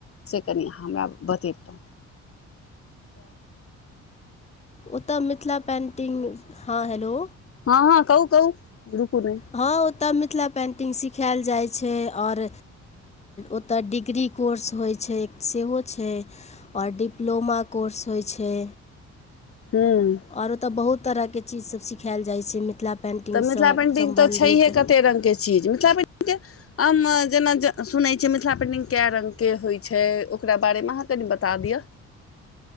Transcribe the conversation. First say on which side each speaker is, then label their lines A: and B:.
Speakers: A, on the left; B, on the left.
A: से कनि अहाँ हमरा बतैबतौ
B: ओतय मिथिला पेन्टिंग हँ हेलो
A: हँ हँ कहु कहु रूकू नह
B: हँ ओतऽ मिथिला पेन्टिंग सिखैल जाई छै आओर ओतऽ डिग्री कोर्स होइ छै सेहो छै ओर डिप्लोमा कोर्स होइ छै
A: हूँ
B: ओर ओतय बहुत तरह के चीज सब सिखायल जाई छै मिथिला पेन्टिंगसँ
A: तऽ मिथिला पेन्टिंग
B: सम्बन्धित
A: तऽ छैहे कते रंगके चीज मिथिला पे तऽ हम जेना जे सुनैत छै मिथिला पेन्टिंग कए रंगके होइत छै ओकरा बारेमे अहाँ कनि बता दिअ